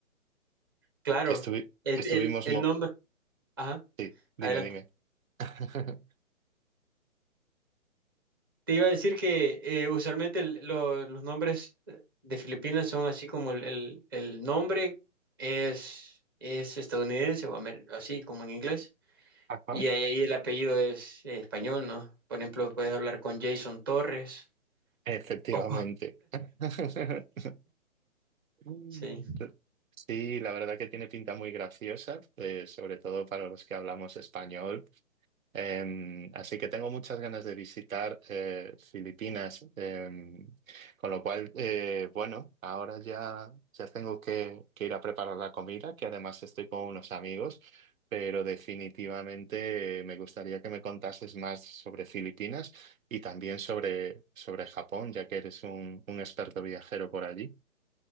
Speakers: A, on the right; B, on the right.
A: Claro,
B: Eh, Estuvi-
A: el,
B: estuvimos...
A: el- el
B: mo-
A: nombre. Ajá,
B: sí, dime,
A: adelante.
B: dime. <laughs>
A: Te iba a decir que eh, usualmente el- lo- los nombres de Filipinas son así como el, el- el nombre es, es estadounidense o amer- así como en inglés.
B: Ajá,
A: Y ahí, ahí el apellido es eh, español, ¿no? Por ejemplo, puedes hablar con Jason Torres.
B: efectivamente.
A: Oh,
B: <laughs> Mm.
A: sí,
B: Sí, la verdad que tiene pinta muy graciosa, eh, sobre todo para los que hablamos español. Em, así que tengo muchas ganas de visitar eh, Filipinas, em, con lo cual, eh, bueno, ahora ya, ya tengo que, que ir a preparar la comida, que además estoy con unos amigos, pero definitivamente eh, me gustaría que me contases más sobre Filipinas y también sobre, sobre Japón, ya que eres un, un experto viajero por allí.